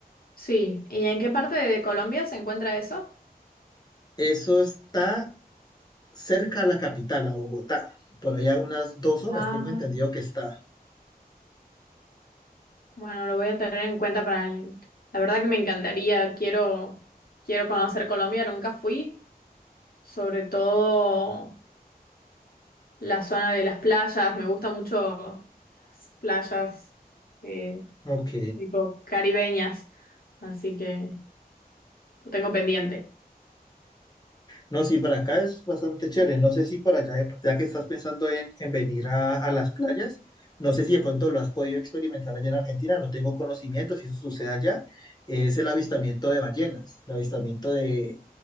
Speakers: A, on the left; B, on the left.
A: Sí. ¿Y en qué parte de Colombia se encuentra eso?
B: Eso está cerca a la capital, a Bogotá. Por allá unas dos horas,
A: Ah,
B: tengo entendido que está.
A: bueno, lo voy a tener en cuenta para el... La verdad que me encantaría, quiero, quiero conocer Colombia, nunca fui, sobre todo la zona de las playas, me gusta mucho las playas eh,
B: Ok.
A: tipo caribeñas, así que lo tengo pendiente.
B: No, sí, para acá es bastante chévere. No sé si por allá, de- ya que estás pensando en, en venir a, a las playas, no sé si de pronto lo has podido experimentar allá en Argentina. No tengo conocimiento si eso sucede allá. Es el avistamiento de ballenas, el avistamiento de